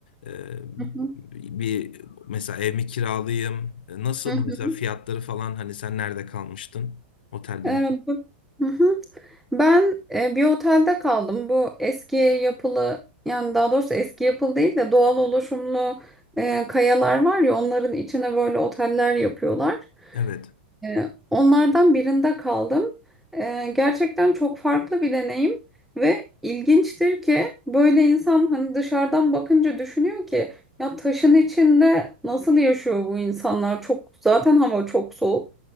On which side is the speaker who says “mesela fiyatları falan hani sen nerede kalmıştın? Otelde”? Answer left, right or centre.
Left